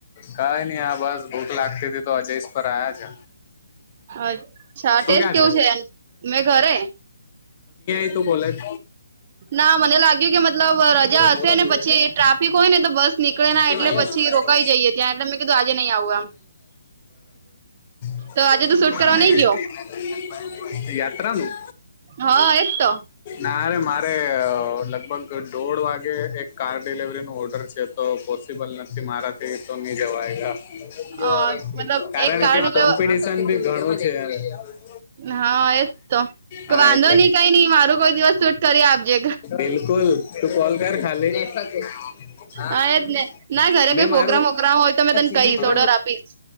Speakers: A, on the left; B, on the right.
A: કાઈ ની આ બસ ભૂખ લાગતી હતી તો <unintelligible> પર આયા છે.
B: અચ્છા
A: તું
B: ટેસ્ટ
A: ક્યા
B: કેવું
A: છે?
B: મેં ઘરે
A: <unintelligible> તો કોલેજ.
B: ના મને લાગ્યું કે મતલબ રજા
A: ઓ
B: હશે
A: જોવા
B: ને
A: રહ્યો
B: પછી
A: છે
B: ટ્રાફિક હોય ને તો બસ નીકળે ના
A: કેમ
B: એટલે
A: આયસ
B: પછી
A: કઈ
B: રોકાઈ જઈએ ત્યાં એટલે મે કીધું આજે નઈ આવું એમ.
A: <inaudible>
B: તો આજે તો શૂટ કરવા નઈ ગયો
A: યાત્રા નું.
B: હા એજ તો
A: નારે મારે અ લગભગ દોઢ વાગે એક કાર ડિલિવરીનું ઓર્ડર છે તો પો <unintelligible> નથી મારાથી તો ની જવાય <unintelligible>
B: અ મતલબ
A: કારણકે
B: એક કાર્ડ
A: <unintelligible> <unintelligible> ઘણું છે. <unintelligible>
B: હા એજ તો.
A: હા
B: વાંધો
A: એટલે
B: નઈ કાઈ નઈ મારું કોઈ દિવસ સૂટ કરી આપજે.
A: બિલકુલ તું કોલ કર ખાલી. <unintelligible>
B: હા એજ ને ના ઘરે
A: મે
B: કોઈ
A: મારું
B: પ્રોગ્રામ વોગ્રામ હોય તો મેં
A: આ
B: તને
A: ચીનની
B: કહીશ
A: <unintelligible> કઈ
B: ઓર્ડર આપીશ